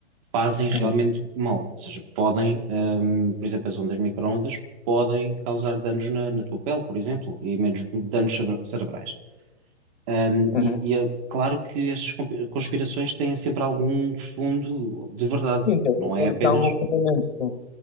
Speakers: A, on the right; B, on the left.
A: fazem realmente
B: uhum,
A: mal. Ou seja, podem, hum, por exemplo, as ondas micro-ondas podem causar danos na, na tua pele, por exemplo, e menos danos cere- cerebrais. Hum,
B: uhum.
A: e, e é claro que estas compi- conspirações têm sempre algum fundo de verdade,
B: Sim, tem,
A: não é
B: tem-
A: apenas,
B: tem algum fundamento. Sim,